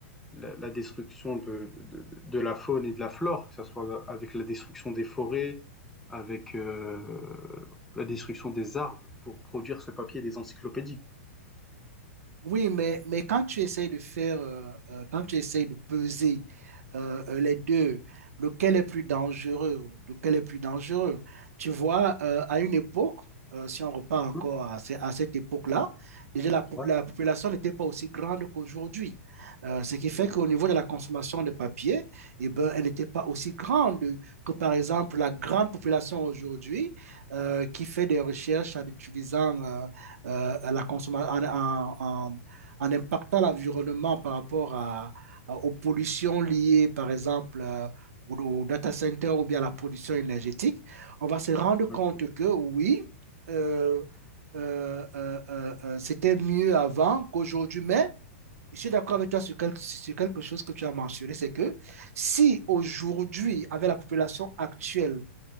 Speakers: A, in the centre; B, on the right.
A: la, la destruction de, de, de la faune et de la flore, que ce soit avec la destruction des forêts, avec euh, la destruction des arbres pour produire ce papier des encyclopédies.
B: Oui, mais, mais quand tu essayes de faire, euh, euh, quand tu essayes de peser euh, euh, les deux, lequel est plus dangereux, ou lequel est plus dangereux, tu vois, euh, à une époque, euh, si on repart encore
A: Hein.
B: à, ce- à cette époque-là, déjà la, po-
A: Ouais.
B: la population n'était pas aussi grande qu'aujourd'hui. Euh, ce qui
A: Mhm.
B: fait qu'au niveau de la consommation de papier, eh ben, elle n'était pas aussi grande que, par exemple, la grande population aujourd'hui euh, qui fait des recherches en utilisant euh, euh, à la consommation, en, en- en- en impactant l'environnement par rapport à- à- aux pollutions liées, par exemple, euh, au, au data center ou bien à la production énergétique, on va se rendre compte
A: Ouais.
B: que oui, euh, euh, euh, euh, euh, c'était mieux avant qu'aujourd'hui, mais je suis d'accord avec toi sur, quel- sur quelque chose que tu as mentionné, c'est que si aujourd'hui, avec la population actuelle,